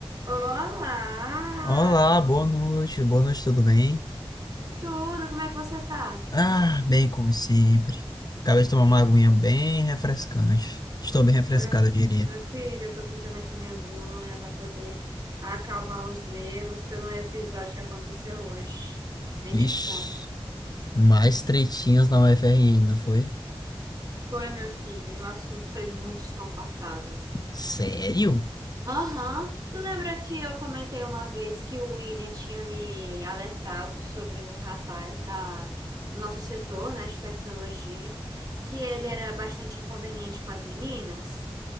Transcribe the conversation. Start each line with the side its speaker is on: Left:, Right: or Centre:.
Right: Olá!
Left: Olá, boa noite, boa noite, tudo bem?
Right: Tudo, como é que você tá?
Left: Ah, bem como sempre. Acabei de tomar uma aguinha bem refrescante. Estou bem refrescado,
Right: Eu-
Left: eu diria.
Right: Meu filho, eu tô pintando aqui minhas unhas pra poder acalmar os nervos pelo episódio que aconteceu hoje. Nem
Left: Vixe,
Right: te conto.
Left: mais tretinhas na UFRN, não foi?
Right: Foi, meu filho, e o assunto foi muito desconfortável.
Left: Sério?
Right: Aham. Tu lembra que eu comentei uma vez que o William tinha me alertado sobre um rapaz da, do nosso setor, né, de tecnologia, que ele era bastante inconveniente com as meninas?